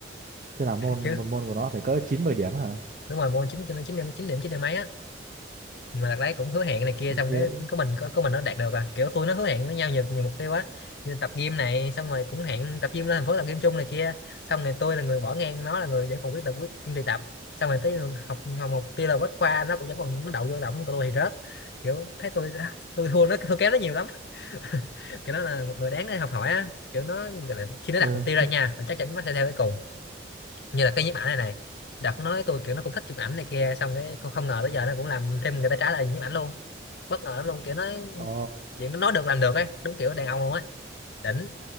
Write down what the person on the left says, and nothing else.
chứ
đúng rồi môn 9, 9 điểm 9 điểm 9 điểm mấy á mà đợt đấy cũng hứa hẹn này kia
xong
cái
của mình có của mình nó đạt được à kiểu tôi nó hứa hẹn với nhau nhiều nhiều mục tiêu quá như tập gym này xong rồi cũng hẹn tập gym lên thành phố tập gym chung này kia xong rồi tôi là người bỏ ngang nó là người vẫn còn quyết tập quyết kiên trì tập xong rồi tới học học mục tiêu là bách khoa nó cũng vẫn còn nó đậu vô động của tôi thì rớt kiểu thấy tôi <laughs> tôi thua nó thua kém nó nhiều lắm <laughs> kiểu nó là một người đáng để học hỏi á kiểu nó gọi là khi nó
đặt mục tiêu
ra nha là chắc chắn nó sẽ theo tới cùng như là cái nhiếp ảnh này này đợt nó nói tôi kiểu nó cũng thích chụp ảnh này kia xong cái không, không ngờ tới giờ nó cũng làm thêm người ta trả lời nhiếp ảnh luôn bất ngờ lắm luôn kiểu nó
chuyện nó nói được làm được ấy đúng kiểu đàn ông luôn á đỉnh